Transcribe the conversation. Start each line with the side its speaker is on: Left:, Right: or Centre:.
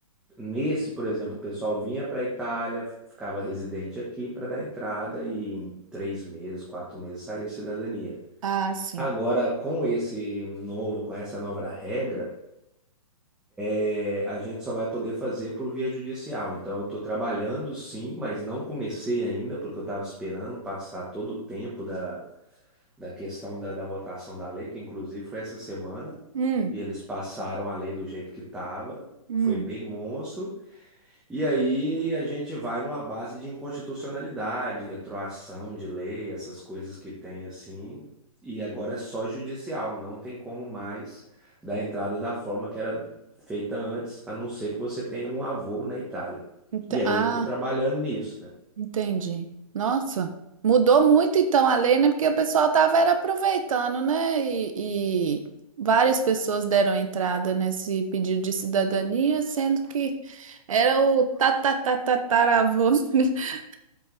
Centre: Nesse, por exemplo, o pessoal vinha para a Itália, ficava residente aqui para dar entrada e em três meses, quatro meses saía a cidadania.
Right: ah, sim.
Centre: Agora, com esse novo, com essa nova regra, é, a gente só vai poder fazer por via judicial. Então, eu estou trabalhando sim, mas não comecei ainda, porque eu estava esperando passar todo o tempo da, da questão da, da votação da lei, que inclusive foi essa semana,
Right: Hum,
Centre: e eles passaram a lei do jeito que estava,
Right: hum.
Centre: foi bem monstro. E aí a gente vai numa base de inconstitucionalidade, retroação de lei, essas coisas que tem assim. E agora é só judicial, não tem como mais dar entrada da forma que era feita antes, a não ser que você tenha um avô na Itália.
Right: Então,
Centre: E aí
Right: ah.
Centre: eu tô trabalhando nisso, né?
Right: Entendi. Nossa, mudou muito então a lei, né? Porque o pessoal tava era aproveitando, né? E, e várias pessoas deram entrada nesse pedido de cidadania, sendo que era o tatatataravô <laughs>